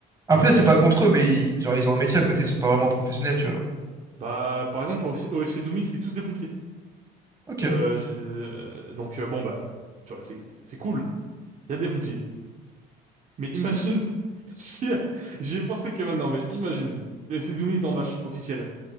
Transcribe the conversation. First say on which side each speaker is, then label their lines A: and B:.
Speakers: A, on the right; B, on the right.
A: Après,
B: Mais
A: c'est pas contre eux, mais ils, genre, ils ont un métier à côté, ils sont pas vraiment professionnels, tu vois. alors.
B: bah, par exemple, au, FC au FC Doumbis, c'est tous des pompiers.
A: Ok.
B: Euh, je- euh, donc euh, bon bah, tu vois, c'est c'est cool. Il y a des pompiers. Mais imagine, <laughs> j'y ai j'y ai pensé que maintenant, mais imagine, le FC Doumbis est en match officiel.